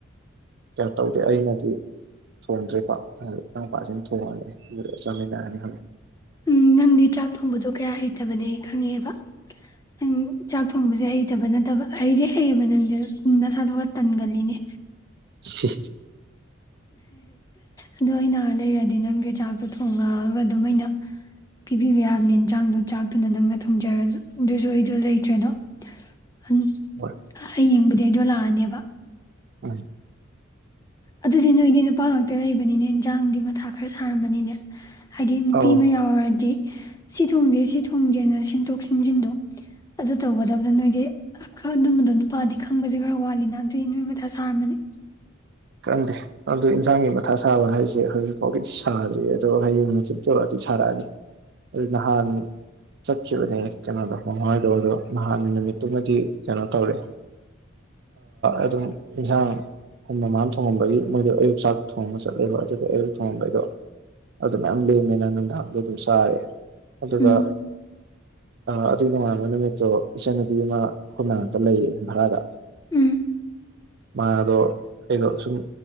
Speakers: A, on the right; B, on the left.
A: ꯀꯩꯅꯣ ꯇꯧꯗꯦ ꯑꯩꯅꯗꯤ ꯊꯣꯡꯗ꯭ꯔꯦ ꯄꯥꯛ ꯏꯅꯥꯎꯄꯥꯁꯤꯡꯅ ꯊꯣꯡꯉꯅꯤ ꯑꯗꯨꯒ ꯆꯥꯃꯤꯟꯅꯔꯅꯤ
B: ꯎꯝ ꯅꯪꯗꯤ ꯆꯥꯛ ꯊꯣꯡꯕꯗꯣ ꯀꯌꯥ ꯍꯩꯇꯕꯅꯦ ꯈꯪꯉꯦꯕ ꯅꯪ ꯆꯥꯛ ꯊꯣꯡꯕꯁꯦ ꯍꯩꯇꯕ ꯅꯠꯇꯕ ꯍꯩꯗꯤ ꯍꯩꯌꯦꯕ ꯅꯪꯁꯦ ꯅꯁꯥꯗꯣ ꯈꯔ ꯇꯟꯒꯜꯂꯤꯅꯦ
A: ꯏꯁ
B: ꯑꯗꯣ ꯑꯩꯅ ꯂꯩꯔꯗꯤ ꯅꯪꯒꯤ ꯆꯥꯛꯇꯣ ꯊꯣꯡꯉꯒ ꯑꯗꯨꯝ ꯑꯩꯅ ꯄꯤꯕꯤꯕ ꯌꯥꯕꯅꯦ ꯌꯦꯟꯖꯥꯡꯗꯣ ꯆꯥꯛꯇꯨꯅ ꯅꯪꯅ ꯊꯣꯡꯖꯔꯁꯨ ꯑꯗꯨꯁꯨ ꯑꯩꯗꯣ ꯂꯩꯇ꯭ꯔꯦꯗꯣ ꯍꯌꯦ
A: ꯍꯣꯏ
B: ꯍꯌꯦꯡꯕꯨꯗꯤ ꯗꯗꯣ ꯂꯛ ꯑꯅꯦꯕ
A: ꯎꯝ
B: ꯑꯗꯨꯗꯤ ꯅꯣꯏꯗꯤ ꯅꯨꯄꯥ ꯉꯥꯛꯇ ꯂꯩꯕꯅꯤꯅꯦ ꯏꯟꯖꯥꯡꯗꯤ ꯃꯊꯥ ꯈꯔ ꯁꯥꯔꯝꯃꯅꯤꯅꯦ ꯍꯥꯏꯗꯤ ꯅꯨꯄꯤ
A: ꯑꯧ
B: ꯑꯃ ꯌꯥꯎꯔꯗꯤ ꯁꯤ ꯊꯣꯡꯁꯦ ꯁꯤ ꯊꯣꯡꯁꯦꯅ ꯁꯤ ꯁꯤꯟꯖꯤꯟꯗꯣ ꯑꯗꯨ ꯇꯧꯒꯗꯕꯗꯣ ꯅꯣꯏꯗꯤ ꯑꯣ ꯑꯗꯨꯝꯕꯗ ꯅꯨꯄꯥꯗꯤ ꯈꯪꯕꯁꯦ ꯈꯔ ꯋꯥꯠꯂꯤꯅ ꯑꯗꯨꯅ ꯑꯗꯨꯏ ꯅꯣꯏ ꯃꯊꯥ ꯁꯥꯔꯝꯃꯅꯤ
A: ꯈꯪꯗꯦ ꯑꯗꯨ ꯏꯟꯖꯥꯡꯒꯤ ꯃꯊꯥ ꯁꯥꯕ ꯍꯥꯏꯁꯦ ꯍꯧꯖꯤꯛꯐꯥꯎꯒꯤꯗꯤ ꯁꯥꯗ꯭ꯔꯤ ꯑꯗꯣ ꯍꯌꯦꯡ ꯍꯡꯆꯤꯠꯇꯩꯗꯤ ꯁꯥꯔꯛꯑꯅꯤ ꯑꯗꯨ ꯅꯍꯥꯟ ꯆꯠꯈꯤꯕꯅꯦ ꯀꯩꯅꯣꯗꯣ ꯃꯃꯥꯍꯣꯏꯗꯣ ꯑꯗꯣ ꯅꯍꯥꯟ ꯅꯨꯃꯤꯠꯇꯨꯃꯗꯤ ꯀꯩꯅꯣ ꯇꯧꯔꯦ ꯑꯗꯨꯝ ꯏꯟꯖꯥꯡ ꯃꯃꯥ ꯊꯣꯡꯉꯝꯕꯒꯤ ꯃꯣꯏꯗꯣ ꯑꯌꯨꯛ ꯆꯥꯛ ꯊꯣꯡꯉꯝꯕ ꯆꯠꯂꯦꯕ ꯑꯗꯨꯒ ꯑꯌꯨꯛ ꯊꯣꯡꯉꯝꯕꯩꯗꯣ ꯑꯗꯨ ꯃꯌꯥꯝ ꯂꯦꯝꯃꯦꯅ ꯅꯨꯡꯗꯥꯡꯗ ꯑꯗꯨꯝ ꯆꯥꯔꯦ ꯑꯗꯨꯒ
B: ꯎꯝ
A: ꯑꯗꯨꯒꯤ ꯅꯣꯡꯉꯥꯟꯕ ꯅꯨꯃꯤꯠꯇꯣ ꯏꯆꯟꯅꯨꯄꯤ ꯑꯃ ꯑꯩꯈꯣꯏ ꯃꯅꯥꯛꯇ ꯂꯩꯌꯦ ꯚꯔꯥꯗ
B: ꯎꯝ
A: ꯃꯥꯗꯣ ꯑꯩꯗꯣ ꯁꯨꯝ